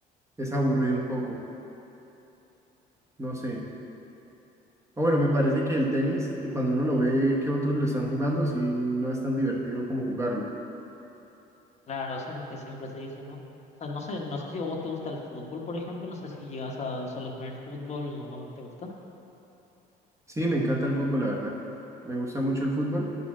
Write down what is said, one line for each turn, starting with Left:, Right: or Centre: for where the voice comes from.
Right: es aburrido un poco, no sé. Ah, Bueno, me parece que el tenis, y cuando uno lo ve que otros lo están jugando, sí, no es tan divertido como jugarlo.
Left: claro, eso es lo que siempre se dice, ¿no? O sea, no sé, no sé si a vos te gusta el fútbol, por ejemplo, no sé si llegas a, soles ver fútbol o no te gusta.
Right: Sí, me encanta el fútbol, la verdad. Me gusta mucho el fútbol.